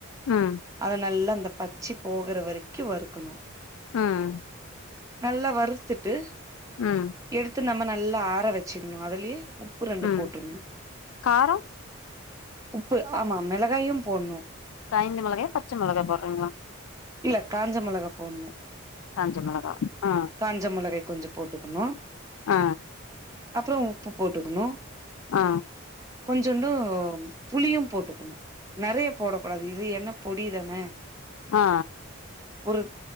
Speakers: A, on the left; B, on the right.
A: ம்
B: அத நல்லா அந்த பச்சு போகிற வரைக்கு வறுக்கணு
A: ஆ ஆ
B: நல்லா வறுத்துட்டு
A: ம்
B: எடுத்து நம்ம நல்லா ஆற வச்சுணு அதுலயே உப்பு ரெண்டு
A: ம்
B: போட்ருணு
A: கார
B: உப்பு ஆமா மிளகாயும் போட்ணு
A: காய்ந்த மொளகாயா பச்சை மொளகா போடுறீங்களா
B: இல்ல காஞ்ச மொளகா போட்ணு
A: காஞ்ச மிளகா ஆ
B: காஞ்ச மொளகை கொஞ்ச போட்டுக்கணு
A: ஆ
B: அப்புற உப்பு போட்டுக்கணு
A: ஆ
B: கொஞ்சண்டு புளியு போட்டுக்கணு நறைய போடக்க கூடாது இது என்ன பொடிதானே
A: ஆ
B: ஒரு